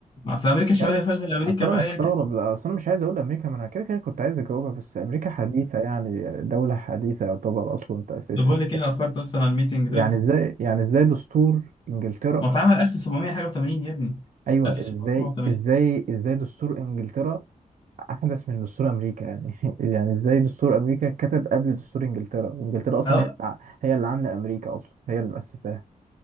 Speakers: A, on the left; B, on the right.
A: أصل أمريكا الشمالية
B: عايز-
A: ما فيهاش غير أمريكا
B: اصل
A: بقى
B: انا مستغرب
A: يعني
B: لا، اصل انا مش عايز اقول امريكا ما انا كده كده كنت عايز اجاوبها بس امريكا حديثه يعني دوله حديثه يعتبر اصلا تاسيسها
A: طب بقول لك إيه أنا أخرت أصلا على الميتنج ده
B: يعني ازاي يعني ازاي دستور انجلترا
A: ما اتعمل 1700 حاجة و80 يا ابني
B: ايوه
A: 1780
B: ازاي ازاي ازاي دستور انجلترا احدث من دستور امريكا يعني <laughs> يعني ازاي دستور امريكا اتكتب قبل دستور انجلترا وانجلترا اصلا
A: أو
B: هي اللي- هي اللي عامله امريكا اصلا هي اللي مؤسساها